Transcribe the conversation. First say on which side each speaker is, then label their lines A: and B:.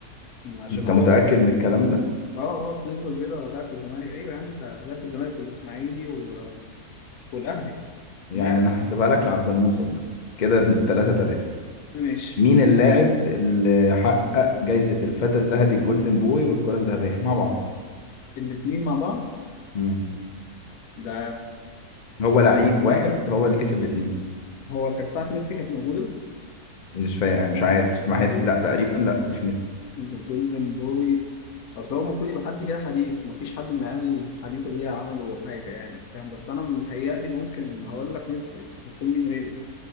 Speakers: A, on the left; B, on the left.
A: عشان
B: انت
A: هو
B: متأكد من الكلام ده
A: اه اه بنسبة كبيرة لعب في الزمالك ايوه يا عم انت لعب في الزمالك والاسماعيلي و... والأهلي
B: يعني
A: لعب
B: انا هحسبها لك لعبد المنصف بس كده 3 3
A: ماشي
B: مين اللاعب اللي حقق جايزة الفتى الذهبي الجولدن بوي والكرة الذهبية مع بعض
A: الاتنين مع بعض
B: امم
A: ده
B: هو لعيب واحد هو اللي كسب الاثنين
A: هو كانت ساعة ميسي كانت موجودة
B: مش فا... يعني مش عارف بس ما
A: اه
B: حس...
A: ايوه
B: لا تقريبا لا مش ميسي
A: جولدن بوي اصل هو المفروض يبقى حد كده حديث مفيش حد من العيال الحديثة دي عملوا حاجة يعني فاهم بس أنا متهيألي ممكن هقول لك ميسي يكون مين غيره يعني.